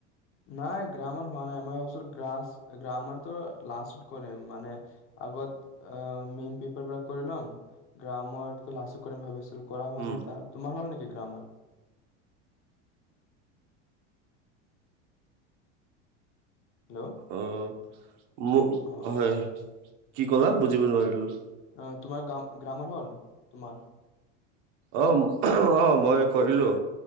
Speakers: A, on the left; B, on the right.
A: নাই গ্ৰামাৰ হোৱা নাই, মই ভাবিছিলো গ্ৰাচ গ্ৰামাৰ তো লাষ্টত কৰিম মানে আগত অ', মেইন পেপাৰবিলাক কৰি লম গ্ৰামাৰটো লাষ্টত কৰিম ভাবিছিলো। কৰা হোৱা
B: উম
A: নাই তাৰ, তোমাৰ হ'ল নেকি? গ্ৰামাৰ। হেল্ল'
B: আহ
A: অ
B: হয় কি কলা বুজিব নোৱাৰিলো
A: অ, তোমাৰ গ্ৰাম গ্ৰামাৰ হল তোমাৰ
B: অ অ মই কৰিলো